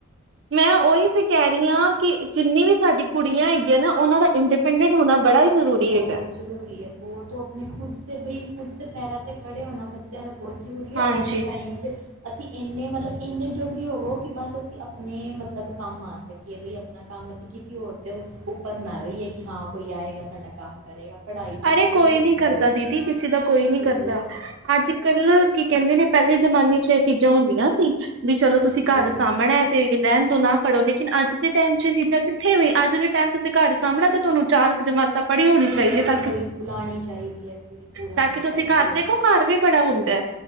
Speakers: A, on the right (about 55°); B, on the right (about 75°).
A: ਮੈਂ ਉਹੀ ਤੇ ਕਹਿ ਰਹੀ ਹਾਂ ਕਿ ਜਿੰਨੀ ਵੀ ਸਾਡੀ ਕੁੜੀਆਂ ਹੈਗੀਆਂ ਨਾ ਉਹਨਾਂ ਦਾ ਇੰਡੀਪੈਂਡੈਂਟ ਹੋਣਾ ਬੜਾ ਹੀ ਜ਼ਰੂਰੀ
B: ਬਹੁਤ
A: ਹੈਗਾ
B: ਜ਼ਰੂਰੀ ਹੈ ਵੋ ਤੋਹ ਆਪਣੇ ਖੁਦ ਤੇ ਬਈ ਖੁਦ ਦੇ ਪੈਰਾਂ ਅਤੇ ਖੜ੍ਹੇ ਹੋਣਾ ਬੱਚਿਆਂ ਦਾ ਬਹੁਤ ਜ਼ਰੂਰੀ ਆ
A: ਹਾਂਜੀ
B: ਅੱਜ ਦੇ ਟਾਈਮ 'ਚ ਅਸੀਂ ਇੰਨੇ ਮਤਲਬ ਇੰਨੇ ਜੋ ਹੋਵੋ ਕਿ ਬਸ ਅਸੀਂ ਆਪਣੇ ਮਤਲਬ ਕੰਮ ਆ ਸਕੀਏ ਭਈ ਆਪਣਾ ਕੰਮ ਅਸੀਂ ਕਿਸੇ ਹੋਰ ਦੇ ਉੱਪਰ ਨਾ ਰਹੀਏ ਕਿ ਹਾਂ ਕੋਈ ਆਏਗਾ ਸਾਡਾ ਕੰਮ ਕਰੇਗਾ ਪੜ੍ਹਾਈ ਤਾਂ
A: ਅਰੇ
B: ਬਹੁਤ
A: ਕੋਈ
B: ਜ਼ਰੂਰੀ
A: ਨੀ ਕਰਦਾ
B: ਹੋ
A: ਦੀਦੀ
B: ਗਈ ਹੈ
A: ਕਿਸੇ ਦਾ ਕੋਈ ਨੀ
B: ਕਿਸੇ
A: ਕਰਦਾ
B: ਦਾ
A: ਅੱਜ ਕੱਲ ਕੀ ਕਹਿੰਦੇ ਨੇ ਪਹਿਲ ਲੇ ਜ਼ਮਾਨੇ ਚ ਇਹ ਚੀਜ਼ਾਂ ਹੁੰਦੀਆਂ ਸੀ। ਵੀ ਚਲੋ
B: ਹਾਂਜੀ
A: ਤੁਸੀਂ ਘਰ ਸਾਹਮਣਾ ਤੇ ਰਹਿਣ ਦੋ ਨਾ ਪੜੋ ਲੇਕਿਨ ਅੱਜ ਦੇ ਟਾਈਮ ਚ ਇਹ ਚੀਜ਼ਾਂ ਕਿਥੇਂ ਵੇ ਟਾਈਮ ਤੁਸੀਂ ਘਰ ਸਾਹਮਣਾ ਤੇ ਤੁਹਾਨੂੰ ਚਾਰ ਕੁ ਦਿਮਾਗ ਤਾਂ ਪੜ੍ਹੀ ਹੋਣੀ
B: ਬਿਲਕੁਲ
A: ਚਾਹੀਦੀ ਹੈ ਤਾਂ ਕਿ
B: ਬਿਲਕੁਲ ਆਉਣੀ ਚਾਹੀਦੀ ਹੈ-ਬਿਲਕੁਲ ਆਉਣੀ
A: ਤਾਂ ਕਿ ਤੁਸੀਂ
B: ਚਾਹੀਦੀ
A: ਘਰ
B: ਹੈ
A: ਦੇਖੋ ਘਰ ਵੀ ਬੜਾ ਹੁੰਦਾ ਹੈ